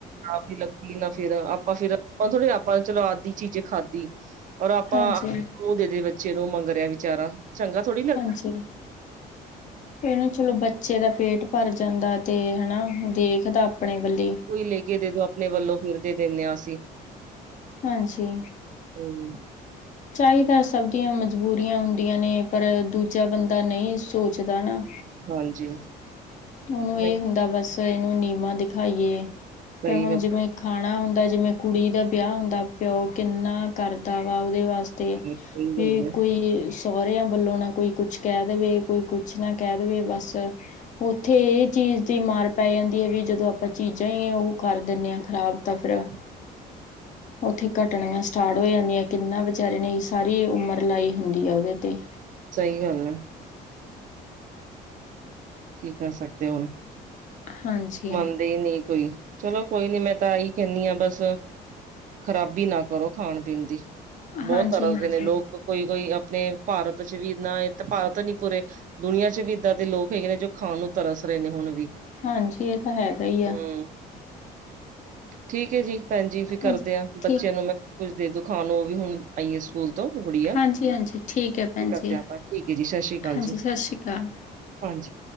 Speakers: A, on the right; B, on the left.
A: ਖਰਾਬ ਨੀ ਲੱਗਦੀ ਨਾ ਫੇਰ ਆਪਾਂ ਫੇਰ ਆਪਾ ਥੋੜੀ ਆਪਾਂ ਤੇ ਚਲੋ ਆਧੀ ਚੀਜ਼ੇ ਖਾਧੀ। ਔਰ ਆਪਾਂ
B: ਹਾਂਜੀ
A: ਔ ਦੇਦੇ ਬੱਚੇ ਨੂੰ ਮੰਗ ਰਿਐ ਵਿਚਾਰਾ ਚੰਗਾ ਥੋੜ੍ਹੀ ਲੱਗਦੈ।
B: ਸੇਵਾ ਇਹਨੂ ਚਲੋ ਬੱਚੇ ਦਾ ਪੇਟ ਭਰ ਜਾਂਦਾ ਤੇ ਹੈਨਾ ਦੇਖਦਾ ਅਪਣੇ ਵੱਲੀ।
A: ਕੋਈ ਲੇ ਕੇ ਦੇਦੋ ਅਪਣੇ ਵੱਲੋਂ ਫਿਰ ਦੇ ਦਿੰਣੇ ਆਂ ਅਸੀਂ।
B: ਹਾਂਜੀ।
A: ਸਹੀ।
B: ਚਾਹੀਦਾ ਸਭ ਦੀਆਂ ਮਜਬੂਰੀਆਂ ਹੁੰਦੀਆਂ ਨੇ ਪਰ ਦੂਜਾ ਬੰਦਾ ਨਹੀਂ ਸੋਚਦਾ ਨਾ
A: ਹਾਂਜੀ
B: ਉਹਨੂੰ
A: ਨਹੀਂ
B: ਇਹ ਹੁੰਦਾ ਬਸ ਇਹਨੂੰ ਨਿਯਮਾਂ ਦਿਖਾਈਏ
A: ਸਹੀ
B: ਪਰ ਹੁਣ
A: ਗੱਲ
B: ਜਿਵੇਂ ਖਾਣਾ ਹੁੰਦਾ ਜਿਵੇਂ ਕੁੜੀ ਦਾ ਵਿਆਹ ਹੁੰਦਾ ਪਿਓ ਕਿੰਨਾ ਕਰਦਾ ਵਾ ਉਹਦੇ ਵਾਸਤੇ
A: ਹੈ,
B: ਤੇ
A: ਸਹੀ
B: ਵੀ
A: ਗੱਲ ਐ,
B: ਕੋਈ ਸਹੁਰਿਆਂ ਵੱਲੋਂ ਨਾ ਕੋਈ ਕੁਛ ਕਹਿ ਦੇਵੇ ਕੋਈ ਕੁਛ ਕੁਛ ਨਾ ਕਹਿ ਦੇਵੇ ਬਸ ਉੱਥੇ ਇਹ ਚੀਜ਼ ਦੀ ਮਾਰ ਪੈ ਜਾਂਦੀ ਹੈ ਵੀ ਜਦੋਂ ਆਪਾਂ ਚੀਜ਼ਾਂ ਹੀ ਉਹ ਕਰ ਦਿੰਦੇ ਹਾਂ ਖ਼ਰਾਬ ਤਾਂ ਫਿਰ
A: <inaudible> <inaudible>
B: ਉੱਥੇ ਘੱਟਣੀਆਂ ਸੀ ਸਟਾਰਟ ਹੋ ਜਾਂਦੀਆਂ ਕਿੰਨਾ ਵਿਚਾਰੇ ਨੇ ਸਾਰੀ ਉਮਰ ਲਾਈ ਹੁੰਦੀ ਆ ਉਹਦੇ 'ਤੇ
A: ਸਹੀ ਗੱਲ ਆ ਕੀ ਕਰ ਸਕਦੇ ਹੁਣ
B: ਹਾਂਜੀ
A: ਮੰਨਦੇ ਹੀ ਨਹੀਂ ਕੋਈ ਚਲੋ ਕੋਈ ਨੀ ਮੈਂ ਤਾਂ ਇਹੀ ਕਹਿੰਦੀ ਹਾਂ ਬਸ ਖਰਾਬੀ ਨਾ ਕਰੋ ਖਾਣ ਪੀਣ ਦੀ ਬਹੁਤ
B: ਹਾਂਜੀ
A: ਤਰ੍ਹਾਂ
B: ਹਾਂਜੀ
A: ਦੇ ਨੇ ਲੋਕ ਕੋਈ ਕੋਈ ਆਪਣੇ ਭਾਰਤ ਚ ਵੀ ਇਨਾ ਭਾਰਤ ਨੀ ਪੂਰੇ ਦੁਨੀਆਂ ਚ ਵੀ ਇੱਦਾਂ ਦੇ ਲੋਕ ਹੈਗੇ ਨੇ ਜੋ ਖਾਣ ਨੂੰ ਤਰਸ ਰਹੇ ਨੇ ਹੁਣ ਵੀ
B: ਹਾਂਜੀ ਇਹ ਤਾਂ ਹੈਗਾ ਹੀ ਆ
A: ਹੂੰ। ਠੀਕ ਹੈ ਜੀ ਭੈਣਜੀ ਫਿਰ
B: ਹਾਂਜੀ
A: ਕਰਦੇ ਆ
B: ਠੀਕ
A: ਬੱਚਿਆਂ ਨੂੰ ਮੈਂ ਕੁੱਝ ਦੇ ਦੋ ਖਾਣ ਉਹ ਵੀ ਹੁਣ ਆਈਏ ਸਕੂਲ ਤੋਂ ਗੁੜੀਆ
B: ਹਾਂਜੀ ਹਾਂਜੀ ਠੀਕ ਹੈ ਭੈਣ
A: ਤੇ ਕਰਦੇ
B: ਜੀ
A: ਆ ਆਪਾਂ ਠੀਕ ਏ ਜੀ, ਸਸ਼੍ਰੀ ਕਾਲ
B: ਹਾਂਜੀ
A: ਜੀ।
B: ਸਤਿ ਸ਼੍ਰੀ ਅਕਾਲ
A: ਹਾਂਜੀ।